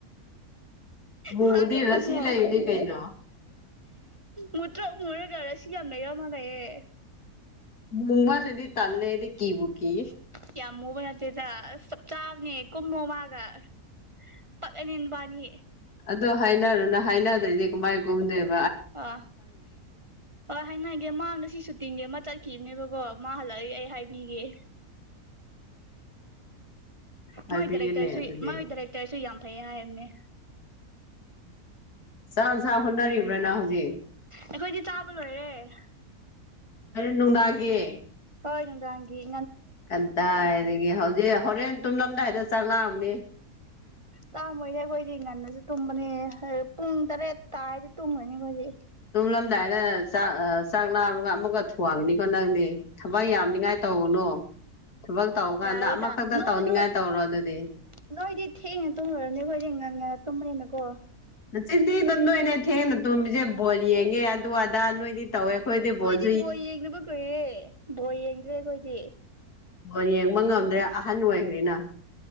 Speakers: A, on the left; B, on the right.
A: ꯃꯨꯕꯗꯤ
B: ꯃꯥꯒ ꯀꯨꯝꯃꯣ
A: ꯔꯥꯁꯤ ꯂꯩꯕꯅꯤ ꯀꯩꯅꯣ
B: ꯃꯨꯠꯇ꯭ꯔꯣ ꯃꯨꯔꯒꯔ ꯁꯤ ꯌꯥꯝ ꯂꯩꯔ ꯃꯥꯂꯌꯦꯦ
A: ꯃꯃꯅ ꯏꯗꯤ ꯇꯜꯦꯗꯤ ꯀꯕꯨꯀꯤ
B: ꯌꯥꯝ ꯃꯨꯕ ꯅꯠꯇꯦꯗ ꯑꯁ ꯆꯞ ꯆꯥꯕꯅꯤ ꯀꯨꯝꯃꯣ ꯃꯥꯒ ꯄꯅꯤꯟꯕꯥꯅꯤ
A: ꯑꯗꯨ ꯍꯥꯏꯅꯔꯣꯅ ꯍꯥꯏꯅꯗ꯭ꯔꯦꯗꯤ ꯀ ꯃꯥꯏ ꯀꯨꯝꯗꯦꯕ
B: ꯑ ꯑ ꯍꯥꯏꯅꯒꯦ ꯃꯥꯒ ꯁꯤ ꯁꯇꯤꯡꯒꯦ ꯃꯆꯥ ꯀꯈꯤꯕꯅꯦꯕꯀꯣ ꯃꯥ ꯍꯜꯂꯛꯗꯤ ꯑꯩ ꯍꯥꯏꯕꯤꯒꯦ
A: ꯍꯥꯏꯕꯤꯌꯨꯅꯦ
B: ꯃꯣꯏ ꯗꯥꯏꯔꯦꯛꯇꯔꯁꯨ
A: ꯑꯗꯨꯗꯤ
B: ꯃꯒꯤ ꯗꯥꯏꯔꯦꯛꯇꯔꯁꯨ ꯌꯥꯝ ꯐꯩ ꯍꯥꯏꯕꯅꯦ
A: ꯁꯥ ꯁ ꯍꯣꯠꯅꯔꯤꯕ꯭ꯔꯅ ꯍꯧꯖꯤꯛ
B: ꯑꯩꯈꯣꯏꯗꯤ ꯆꯥꯕ ꯂꯣꯏꯔꯦ
A: ꯅꯨꯡꯗꯥꯒꯤꯦ
B: ꯍꯣꯏ ꯅꯨꯡꯗꯥꯡꯪꯒꯤꯦ
A: ꯀꯟꯗꯥꯏꯗꯒꯤ ꯍꯧꯖꯤꯛ ꯍꯣꯔꯦꯟ ꯇꯨꯝꯂꯝꯗꯥꯏꯗ ꯆꯥꯛ ꯂꯥꯡꯝꯅꯤ
B: ꯇꯥꯃꯣꯏꯅꯦ ꯑꯩꯈꯣꯏꯗꯤ ꯉꯟꯅꯁꯨ ꯇꯨꯝꯕꯅꯤ ꯄꯨꯡ ꯇꯔꯦꯠ ꯇꯥꯗꯤ ꯇꯨꯝꯈꯣꯏꯅꯤ ꯑꯩꯈꯣꯏꯗꯤ
A: ꯊꯨꯝꯝꯂꯝꯗꯥꯏꯗ ꯆꯥꯛ ꯆꯥꯛ ꯥ ꯑꯃꯒ ꯑꯃꯒ ꯊꯣꯡꯉꯤꯅꯤꯀꯣ ꯅꯪꯗꯤ ꯊꯕꯛ ꯌꯥꯝꯅꯤꯉꯥꯏ ꯇꯧꯕꯅꯣ ꯑꯣ ꯊꯕꯛ ꯇꯧꯀꯥꯟꯗ
B: ꯌꯥꯔꯦꯗ
A: ꯑꯃꯈꯛꯇ
B: ꯅꯣꯏ
A: ꯇꯧꯅꯤꯡꯉꯥꯏ
B: ꯅꯣꯏ
A: ꯇꯧꯔꯣ ꯑꯗꯨꯗꯤ
B: ꯅꯣꯏꯗꯤ ꯊꯦꯡꯅ ꯇꯨꯝꯈꯨꯔꯅꯦꯈꯣꯏꯗꯤ ꯉ ꯇꯨꯝꯃꯦꯦꯅꯀꯣ
A: ꯆꯤꯟꯊꯤꯡꯗ ꯅꯣꯏꯅꯦ ꯊꯦꯡꯅ ꯇꯣꯝꯃꯤꯁꯦ ꯕꯣꯜ ꯌꯦꯡꯉꯦ ꯑꯗꯨ ꯑꯗꯥ ꯅꯣꯏꯗꯤ ꯇꯧꯋꯦ ꯑꯩꯈꯣꯏꯗꯤ ꯕꯣꯜꯁ
B: ꯁꯤꯗꯤ ꯕꯣꯏ ꯌꯦꯡꯅꯕ ꯀꯨꯏꯔꯦ ꯕꯣꯏ ꯌꯦꯡꯗ꯭ꯔꯦ ꯑꯩꯈꯣꯏꯗꯤ
A: ꯑꯣ ꯌꯦꯡꯕ ꯉꯝꯗ꯭ꯔꯦ ꯑꯍꯟ ꯑꯣꯏꯈ꯭ꯔꯦꯅ